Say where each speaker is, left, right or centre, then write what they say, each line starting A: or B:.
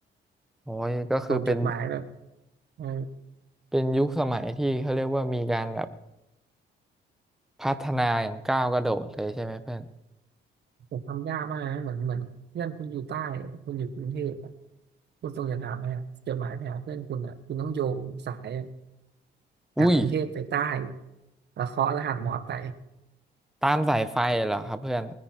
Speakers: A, in the centre; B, on the right (about 60°).
A: โอ้ยก็คือเป็น
B: ส่งจดหมายแบบเออ
A: เป็นยุคสมัยที่เขาเรียกว่ามีการแบบพัฒนาอย่างก้าวกระโดดเลยใช่ไหมเพื่อน
B: ผมทำยากมากนะเหมือนเหมือนเพื่อนคุณอยู่ใต้คุณอยู่กรุงเทพอะคุณส่งจดหมายไปอะจดหมายไปหาเพื่อนคุณอ่ะคุณต้องโยงสาย
A: อุ้ย
B: จากกรุงเทพไปใต้แล้วเคาะรหัสมอไป
A: ตามสายไฟเหรอครับเพื่อน